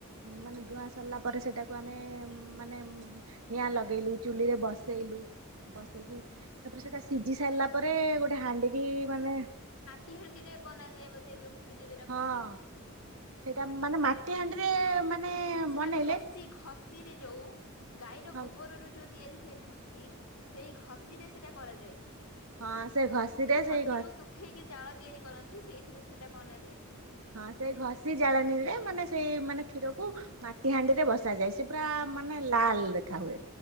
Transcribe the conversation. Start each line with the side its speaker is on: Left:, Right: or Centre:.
Right: ମାନେ ଦୁଆଁ ସରିଲା ପରେ ସେଇଟାକୁ ଆମେ ମାନେ ନିଆଁ ଲଗେଇଲୁ ଚୁଲିରେ ବସେଇଲୁ ବସେଇକି ତାପରେ ସେଇଟା ସିଝି ସାରିଲା ପରେ ଗୋଟେ ହାଣ୍ଡିିକି ମାନେ
Left: ଟି ହଣ୍ଡିରେ ବନାଯାଏ ବୋଧେ ଯୋଉ ଚୁଲିରେ ରଖନ୍ତି।
Right: ହଁ ସେଇଟା ମାନେ ମାଟି ହାଣ୍ଡିରେ ମାନେ
Left: ସେଟା
Right: ବନେଇଲେ
Left: ଘଷି-ଘଷି ରେ ଯୋଉ ଗାଈର ଗୋବରରୁ
Right: ହଁ
Left: ଯୋଉ ତିଆରି ହୁଏ ଘଷି ସେଇ ଘଷିରେ ସେଇଟା କରାଯାଏ,
Right: ହଁ ସେ ଘଷିରେ
Left: ସେଇ ଘଷିକୁ
Right: ଘ
Left: ଶୁ ଖେଇକି ଜାଳ ତିଆରି କରନ୍ତି ସେଇଥିରେ ସେଟା ବନାଯାଏ।
Right: ହଁ ସେଇ ଘଷି ଜଳେଣିରେ ମାନେ ସେଇ ମାନେ କ୍ଷୀରକୁ ମାଟି ହାଣ୍ଡିରେ ବସା ଯାଏ ସେ ପୁରା ମାନେ ଲାଲ୍ ଦେଖା ହୁଏ।